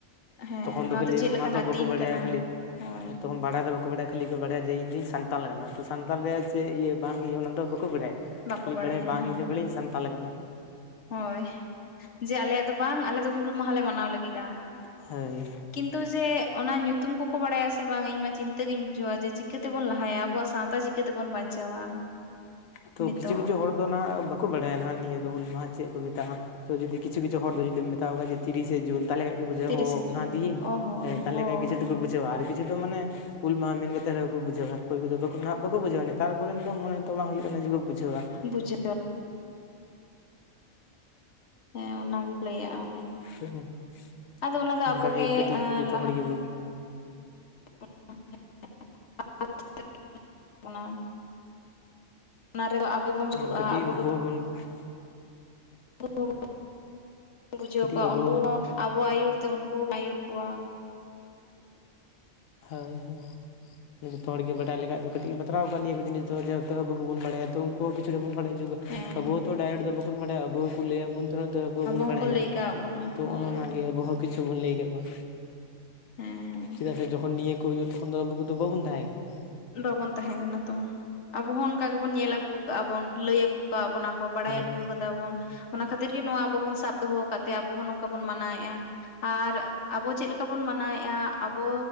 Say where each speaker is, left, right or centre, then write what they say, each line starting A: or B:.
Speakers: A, on the left; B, on the left.
A: ᱦᱮᱸ
B: ᱛᱚᱠᱷᱚᱱ
A: ᱱᱚᱣᱟ
B: ᱫᱚ ᱠᱷᱟᱹᱞᱤ
A: ᱪᱮᱫ ᱞᱮᱠᱟᱱᱟᱜ
B: ᱚᱱᱟ ᱫᱚ ᱵᱟᱠᱚ
A: ᱫᱤᱱ
B: ᱵᱟᱰᱟᱭᱟ
A: ᱠᱟᱱᱟ
B: ᱠᱷᱟᱹᱞᱤ
A: ᱦᱳᱭ
B: ᱦᱮᱸᱛᱚ ᱵᱟᱲᱟᱭ ᱫᱚ ᱵᱟᱠᱚ ᱵᱟᱰᱟᱭᱟ ᱠᱷᱟᱹᱞᱤ ᱠᱚ ᱵᱟᱲᱟᱭᱟ ᱡᱮ ᱤᱧ ᱫᱚᱧ ᱥᱟᱱᱛᱟᱞ ᱠᱟᱱᱟ, ᱛᱚ ᱥᱟᱱᱛᱟᱞ ᱨᱮᱭᱟᱜ ᱪᱮᱫ ᱤᱭᱟᱹ ᱵᱟᱝ ᱤᱭᱟᱹ ᱚᱱᱟ ᱫᱚ ᱵᱟᱠᱚ ᱵᱟᱰᱟᱭᱟ᱾
A: ᱵᱟᱠᱚ
B: ᱤᱧ
A: ᱵᱟᱲᱟᱭᱟ
B: ᱵᱟᱲᱟᱭ ᱵᱟᱝ
A: ᱦᱮᱸ
B: ᱤᱧ ᱫᱚ ᱵᱚᱞᱮᱧ ᱥᱟᱱᱛᱟᱞ ᱠᱟᱱᱟ
A: ᱦᱳᱭ ᱡᱮ ᱟᱞᱮᱭᱟᱜ ᱫᱚ ᱵᱟᱝ ᱟᱞᱮ ᱫᱚ ᱦᱩᱞ ᱢᱟᱦᱟᱞᱮ ᱢᱟᱱᱟᱣ ᱞᱟᱹᱜᱤᱫᱼᱟ
B: ᱦᱳᱭ
A: ᱠᱤᱱᱛᱩ ᱡᱮ ᱚᱱᱟ ᱧᱩᱛᱩᱢ ᱠᱚᱠᱚ ᱵᱟᱲᱟᱭᱟ, ᱥᱮ ᱵᱟᱝ ᱤᱧ ᱢᱟ ᱪᱤᱱᱛᱟᱹ ᱜᱤᱧ ᱵᱩᱡᱷᱟᱹᱣᱟ, ᱡᱮ ᱪᱤᱠᱟᱹᱛᱮᱵᱚᱱ ᱞᱟᱦᱟᱭᱟ, ᱟᱵᱚᱣᱟᱜ ᱥᱟᱶᱛᱟ ᱪᱤᱠᱟᱹ ᱪᱤᱠᱟᱹ ᱛᱮᱵᱚᱱ ᱵᱟᱧᱪᱟᱣᱟ᱾
B: ᱛᱚ
A: ᱱᱤᱛᱚᱜ
B: ᱠᱤᱪᱷᱩ ᱠᱤᱪᱷᱩ ᱫᱚ ᱱᱟᱜᱟᱜ ᱵᱟᱝ ᱵᱟᱰᱟᱭᱟ ᱱᱟᱦᱟᱜ ᱱᱤᱭᱟᱹ ᱫᱚ ᱦᱩᱞ ᱢᱟᱦᱟ ᱪᱮᱫ ᱠᱚ ᱢᱮᱛᱟᱜ-ᱟ? ᱛᱚ ᱡᱩᱫᱤ ᱠᱤᱪᱷᱩ ᱠᱤᱪᱷᱩ ᱫᱚ ᱡᱩᱫᱤᱢ ᱢᱮᱛᱟᱣ ᱠᱷᱟᱜ ᱛᱤᱨᱤᱥᱮ ᱡᱩᱱ ᱛᱟᱦᱚᱞᱮ ᱠᱷᱟᱡ ᱠᱚ ᱵᱩᱡᱷᱟᱹᱣᱟ
A: ᱛᱤᱨᱤᱥᱮ
B: ᱚ ᱚᱱᱟ
A: ᱡᱩᱱ
B: ᱫᱤᱱ
A: ᱚ ᱦᱚᱸ
B: ᱦᱮ ᱛᱟᱦᱚᱞᱮ
A: ᱦᱳᱭ
B: ᱠᱷᱟᱡ ᱠᱤᱪᱷᱩ ᱫᱚᱠᱚ ᱵᱩᱡᱷᱟᱹᱣᱟ ᱟᱨ ᱠᱤᱪᱷᱩ ᱫᱚ ᱢᱟᱱᱮ ᱦᱩᱞ ᱢᱟᱦᱟ ᱢᱮᱱ ᱠᱟᱛᱮᱫ ᱨᱮᱦᱚᱸ ᱠᱚ ᱵᱩᱡᱷᱟᱹᱣᱟ, ᱚᱠᱚᱭ ᱠᱚᱫᱚ ᱦᱟᱸᱜ ᱵᱟᱠᱚ ᱵᱩᱡᱟᱹᱣᱟ, ᱱᱮᱛᱟᱨ ᱠᱚᱨᱮᱱ ᱫᱚ ᱢᱚᱱᱮ ᱛᱚ ᱵᱟᱝ ᱦᱩᱭᱩᱜᱼᱟ᱾ ᱚᱱᱮᱡ ᱜᱮ ᱵᱩᱡᱷᱟᱹᱣᱟ
A: ᱵᱩᱡᱷᱟᱹᱣᱟ ᱦᱮᱸ ᱚᱱᱟᱜᱮ ᱞᱟᱹᱭᱟᱜᱼᱟᱢ
B: <unintelligible>
A: ᱟᱫᱚ ᱚᱱᱟ ᱫᱚ
B: ᱚᱱᱠᱟᱜᱮ
A: ᱟᱵᱚ ᱜᱮ
B: ᱠᱟᱹᱴᱤᱡ ᱡᱚᱛᱚ
A: ᱞᱟᱦᱟ
B: ᱦᱚᱲ ᱜᱮᱵᱚᱱ
A: <inaudible> <inaudible> ᱚᱱᱟ ᱚᱱᱟ ᱨᱮ ᱟᱜᱮᱵᱚᱱ ᱡᱩᱨᱩᱜᱼᱟ
B: ᱦᱮᱸ ᱠᱟᱹᱴᱤᱡ
A: ᱟᱵᱚ
B: ᱩᱱᱠᱩ
A: ᱜᱮᱵᱚᱱ
B: <inaudible>
A: ᱩᱱᱠᱩ ᱦᱚᱸ ᱵᱚ ᱵᱩᱡᱷᱟᱹᱣ
B: ᱠᱟᱹᱴᱤᱡ
A: ᱠᱚᱣᱟ
B: ᱟᱵᱚ
A: ᱩᱱᱠᱩ ᱦᱚᱸ ᱟᱵᱚᱣᱟᱜ ᱟᱹᱭᱩᱨ ᱛᱮ ᱩᱱᱠᱩ ᱦᱚᱸ ᱵᱚᱱ ᱟᱹᱭᱩᱨ ᱠᱚᱣᱟ᱾
B: ᱦᱳᱭ ᱦᱳᱭ᱾ ᱡᱚᱛᱚ ᱦᱚᱲ ᱜᱮ ᱵᱟᱟᱭᱠᱷᱟᱡ ᱫᱚ ᱠᱟᱹᱴᱤᱡ ᱵᱟᱛᱨᱟᱣ ᱠᱚᱜ-ᱟ ᱱᱤᱭᱟᱹ ᱡᱤᱱᱤᱥ ᱫᱚ, ᱡᱮᱦᱮᱛᱩ ᱟᱵᱚ ᱜᱮᱵᱚᱱ ᱵᱟᱲᱭᱟ ᱛᱚ ᱩᱱᱠᱩ ᱦᱚᱸ ᱠᱤᱪᱷᱩ ᱫᱚ ᱵᱚᱱ ᱵᱟᱲᱟᱭ ᱚᱪᱚ ᱠᱚᱣᱟ᱾
A: ᱦᱮᱸ
B: ᱟᱵᱚ ᱛᱚ ᱰᱟᱭᱨᱮᱴ ᱫᱚ ᱵᱟᱚᱱ ᱵᱟᱰᱟᱭᱟ ᱟᱵᱚ ᱦᱚᱸ ᱠᱚ ᱞᱟᱹᱭᱟᱫ ᱵᱚᱱ ᱛᱟᱦᱮᱱᱟ ᱛᱚ, ᱟᱵᱚ ᱵᱚᱱ
A: ᱦᱚᱸᱠᱚ
B: ᱵᱟᱲᱟᱭ ᱧᱟᱢ
A: ᱞᱟᱹᱭ
B: ᱠᱟᱫᱟ
A: ᱠᱟᱜ ᱵᱚᱱᱟ
B: ᱛᱚ
A: ᱦᱳᱭ
B: ᱚᱱᱮ ᱚᱱᱟ ᱜᱮ ᱟᱵᱚ ᱦᱚᱸ ᱠᱤᱪᱷᱩ ᱵᱚᱱ ᱞᱟᱹᱭ ᱜᱚᱫ ᱠᱚᱣᱟ
A: ᱦᱮᱸ ᱦᱮᱸ
B: ᱪᱮᱫᱟᱜ ᱥᱮ ᱡᱚᱠᱷᱚᱱ ᱱᱤᱭᱟᱹ ᱠᱚ ᱦᱩᱭᱩᱜ ᱛᱚᱠᱷᱚᱱ ᱫᱚ ᱟᱵᱩ ᱠᱚᱫᱚ ᱵᱟᱵᱩᱱ ᱛᱟᱦᱮᱸ ᱠᱟᱱᱟ᱾
A: ᱵᱟᱵᱚᱱ ᱛᱟᱦᱮᱸ ᱠᱟᱱᱟ ᱛᱚ, ᱟᱵᱚ ᱦᱚᱸ ᱚᱱᱠᱟ ᱜᱮᱵᱚᱱ ᱧᱮᱞ ᱟᱹᱜᱩ ᱠᱟᱜᱼᱟ ᱵᱚᱱ, ᱞᱟᱹᱭ ᱟᱹᱜᱩ ᱠᱟᱜ ᱵᱚᱱᱟ᱾ ᱵᱟᱲᱟᱭ
B: ᱠᱟᱱᱟ
A: ᱟᱹᱜᱩ
B: ᱦᱳᱭ
A: ᱠᱟᱫᱟ ᱵᱚᱱ ᱚᱱᱟ ᱠᱷᱟᱹᱛᱤᱨ ᱜᱮ ᱱᱚᱣᱟ ᱟᱵᱚ ᱵᱚᱱ ᱥᱟᱵ ᱫᱚᱦᱚᱫ ᱟᱠᱟᱫ ᱛᱮ ᱟᱵᱚ ᱦᱚᱸ ᱱᱚᱝᱠᱟ ᱵᱚᱱ ᱢᱟᱱᱟᱣ ᱮᱫᱼᱟ ᱾ ᱟᱨ ᱟᱵᱚ ᱪᱮᱫ ᱞᱮᱠᱟ ᱵᱚᱱ ᱢᱟᱱᱟᱣᱮᱜᱼᱟ ᱟᱵᱚ